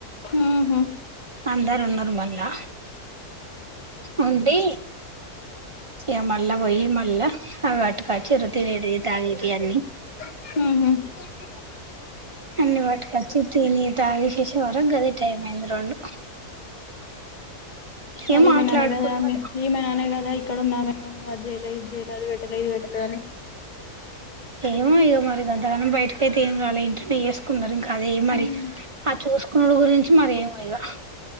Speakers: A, on the left; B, on the right.
A: ఉహ
B: అందరు ఉన్నారు మళ్ళా ఉంటి ఏ మళ్ళ వయి మళ్ళ అవి అట్గాచ్చిరు తినేటివి, తాగెటియి అన్ని
A: ఉహ
B: అన్ని వాటిక వచ్చి తిని తాగి చేసే వరకు గదే టైం అయింది రెండు
A: మరి
B: ఏం
A: ఈమె
B: మాట్లాడుకున్నారు
A: ననే గదా ఆమె ఈమె ననే గదై ఇక్కడ ఉన్నామెనూను అజయల, ఇదిజేయల అది వెట్టలే, ఇది వెట్టలేదని
B: ఏమో ఇగ మరి గంతగానం బయటకైతే ఏం రాల ఇంటినే ఏసుకున్నారు ఇంకాద
A: అని
B: మరి అచు చూసుకున్నడు గురించి మరి ఏమైగా